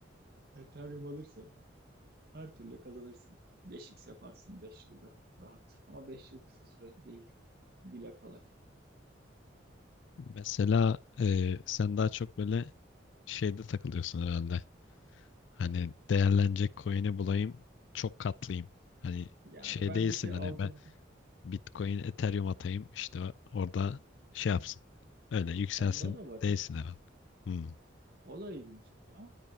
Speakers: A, on the right; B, on the left.
A: Ethereum alırsan her türlü kazanırsın. 5 x yaparsın beş yılda rahat. Ama 5 yıl kısa süre değil. Dile kolay.
B: Mesela e, sen daha çok böyle şeyde takılıyorsun herhalde. Hani değerlenecek coin'i bulayım, çok katlayayım. Hani
A: Yani
B: şey
A: ben
B: değilsin
A: bir şey
B: hani
A: aldığımda
B: ben Bitcoin, Ethereum atayım işte orada şey yapsın. Öyle yükselsin
A: onda da varım.
B: değilsin herhalde. Hmm.
A: O da ilgimi çekiyor ama